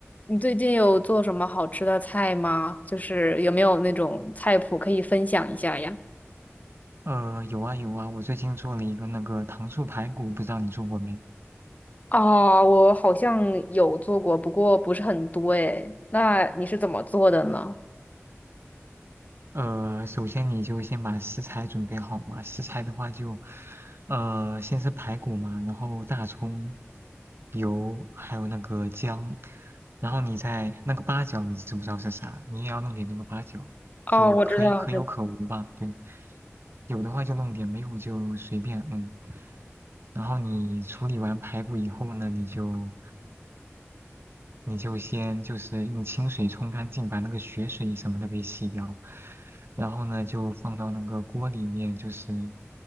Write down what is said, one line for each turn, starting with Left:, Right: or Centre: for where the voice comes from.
Left: 你最近有做什么好吃的菜吗？就是有没有那种菜谱可以分享一下呀？
Right: 呃，有啊有啊，我最近做了一个那个糖醋排骨，不知道你做过没？
Left: 啊，我好像有做过，不过不是很多诶。那你是怎么做的呢？
Right: 呃，首先你就先把食材准备好嘛。食材的话就，呃，先是排骨嘛，然后大葱、油，还有那个姜，然后你再那个八角，你知不知道是啥？你也要弄点那个八角，
Left: 哦，
Right: 就可以可有可无吧。
Left: 我知道，知道。
Right: 对，有的话就弄点，没有就随便，嗯。然后你处理完排骨以后呢，你就你就先就是用清水冲干净，把那个血水什么的给洗掉，然后呢就放到那个锅里面，就是